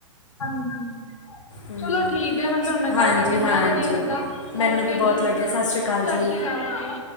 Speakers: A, on the left; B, on the left.
A: ਹਾਂਜੀ
B: ਹੂੰ
A: ਚਲੋ ਠੀਕ ਹੈ ਮੈਨੂੰ ਤੁਹਾਡੇ ਨਾਲ
B: ਹਾਂਜੀ,
A: ਗੱਲ ਕਰਕੇ
B: ਹਾਂਜੀ।
A: ਬੜਾ ਵਧੀਆ ਲੱਗਾ
B: ਮੈਨੂੰ
A: ਓਕੇ
B: ਵੀ ਬਹੁਤ
A: ਜੀ
B: ਲੱਗਿਆ। ਸਤਿ ਸ਼੍ਰੀ ਅਕਾਲ ਜੀ!
A: ਸ਼੍ਰੀ ਅਕਾਲ ਜੀ